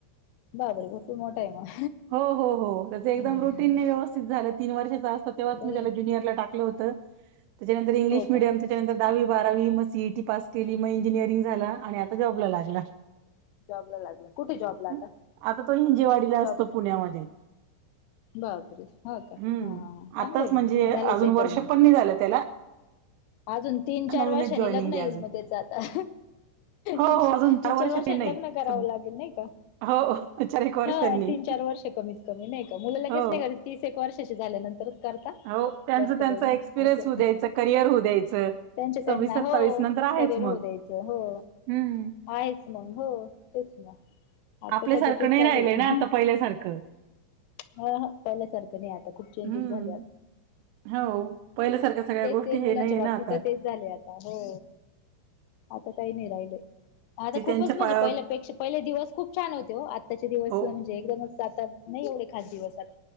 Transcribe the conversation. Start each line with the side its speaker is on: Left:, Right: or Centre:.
Left: बापर ब मोठा. आहे मग
Right: हो हो हो त्या एकदम
Left: हम्म
Right: रुटीन व्यवस्थित झालं. तीन वर्षाचा असत तेव्हा
Left: बरं
Right: मी त्या
Left: आहे
Right: ज्युनियरला टाकलं होतं त्याच्यानंतरंग्लिश
Left: हो
Right: मिडिय
Left: का
Right: त्याच्यांतर दहावी भाग. मग सीईटी पास केली मग इंजिनिअरिंग झाला आणि आता जॉब ला लागला.
Left: जॉब ला लागला कुठे जॉब ला आता
Right: हं. आता तो हिंजेवाडीला
Left: जॉब.
Right: <unintelligible>
Left: बापरे हो का
Right: हं.
Left: हा चांगलंय
Right: आताच म्हणजे
Left: मग झालंय
Right: अजून
Left: सेटल
Right: वर्ष
Left: मग.
Right: पण नाही झालं त्याला.
Left: <inaudible> अजून तीन चार
Right: नवीनच
Left: वर्षांनी
Right: जॉईनिंग
Left: लग्न येईल
Right: आहे अजून
Left: मुलीच आता
Right: हो
Left: तीन
Right: हो अजून
Left: चार
Right: वर्ष
Left: वर्षांनी
Right: ते नाही
Left: लग्न. करावं
Right: सद-
Left: लागेल नाही का
Right: हो चारक वर्षांनी
Left: हा तीन चार वर्ष कमीत कमी नाही का मुलंच
Right: हो
Left: नाही तीस एक वर्षा झाल्यानंतर करता
Right: हो त्यांच
Left: जास्त
Right: त्यांचा
Left: करून
Right: एक्सपिरियन्स
Left: असं
Right: होऊ द्यायचं करिअर होऊ द्यायचं
Left: त्यांच्या त्यांना
Right: सव्वीस सत्तावीस
Left: हो
Right: नंतर आहेच
Left: करिअर
Right: मग
Left: होऊ द्यायचं हो
Right: हम्म
Left: आहेच मग हो तेच ना आता
Right: आपल्यासारखं
Left: सध्या तेच
Right: नाही
Left: चालू
Right: राहिलय
Left: आहे
Right: ना आता पहिल्यासारखं
Left: हा हा पहिल्यासारखं नाही आता खूप चेंजेस
Right: हम्म
Left: झाले आता
Right: हो पहिल्यासारख्या सगळ्या गोष्टी
Left: तीन मुलांच्या
Right: हे नाही आहे
Left: बाबतीत
Right: ना आता
Left: तेच झाले आता हो आता काही नाही राहिलंय. आता
Right: जे
Left: खूपच
Right: त्यांच्या
Left: म्हणजे
Right: पायावर
Left: पहिल्यापेक्षा पहिले दिवस खूप छान होते हो. आत्ताचे दिवस
Right: हो
Left: म्हणजे एकदमच आता नाही एवढे खास दिवसात.